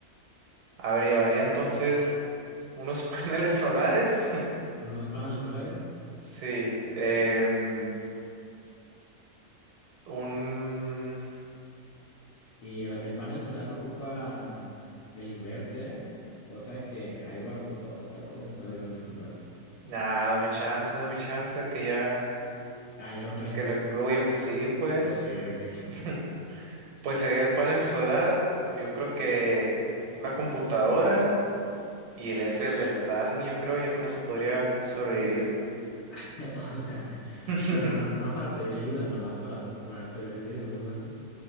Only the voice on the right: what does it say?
A ver, llevaría entonces unos <laughs> paneles solares. <laughs>
Sí. em, un...
Nada, dame chance, dame chance que ya...
Que lo incluya, pues sí, pues.
<laughs> Pues sería el panel solar. Yo creo que una computadora y el ese, el del Starlink, yo creo, ya con eso podría sobrevivir.
<laughs>